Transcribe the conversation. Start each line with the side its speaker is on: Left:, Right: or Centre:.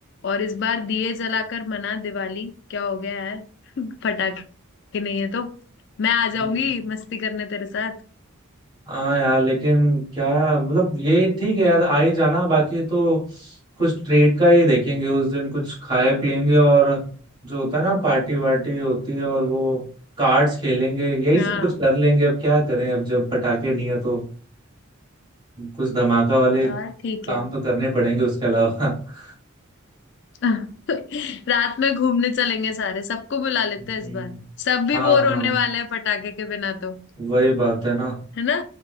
Left: और इस बार दिए जलाकर मना दिवाली क्या हो गया यार <laughs> पटाखे नहीं है तो मैं आ
Right: हम्म।
Left: जाऊंगी मस्ती करने तेरे साथ
Right: हाँ यार लेकिन क्या मतलब ये ठीक है यार आ ही जाना बाकी तो कुछ ट्रीट का ही देखेंगे उस दिन कुछ खाए पिएंगे और जो होता है ना पार्टी वार्टी होती है और वो कार्ड्स खेलेंगे यही
Left: हाँ
Right: सब कुछ कर लेंगे अब क्या करें अब जब पटाखे नहीं है तो कुछ धमाका वाले
Left: यार ठीक
Right: काम
Left: है
Right: तो करने पड़ेंगे उसके अलावा <laughs>
Left: <laughs> रात में घूमने चलेंगे सारे सबको बुला लेते
Right: हम्म,
Left: हैं इस बार सब भी
Right: हाँ
Left: बोर
Right: हाँ
Left: होने वाले हैं पटाखे के बिना तो
Right: वही बात है ना
Left: है ना